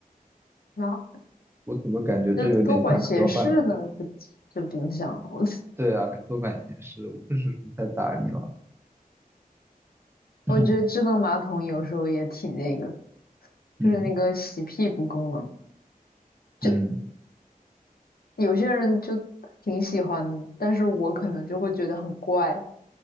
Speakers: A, on the left; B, on the right.
A: 那
B: 我怎么感觉这有点像科幻片？
A: 那多管闲事呢，就这冰箱，<laughs> 我
B: 对啊，还多管闲事，我不吃蔬菜打你了。
A: 我觉得智能马桶有时候也挺那个，
B: <clears throat> 嗯
A: 就是那个洗屁股功能，
B: 嗯，
A: 就有些人就挺喜欢，但是我可能就会觉得很怪。